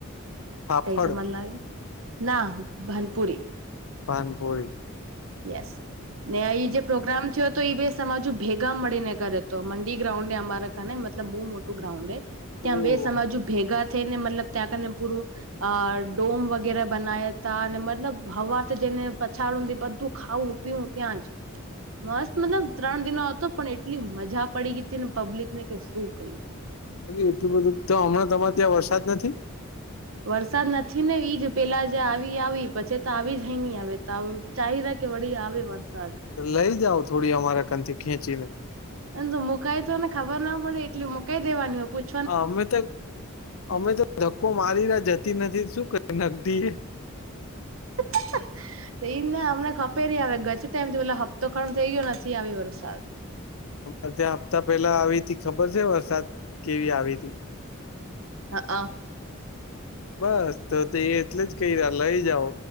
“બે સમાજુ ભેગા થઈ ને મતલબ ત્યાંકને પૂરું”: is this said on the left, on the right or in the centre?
Right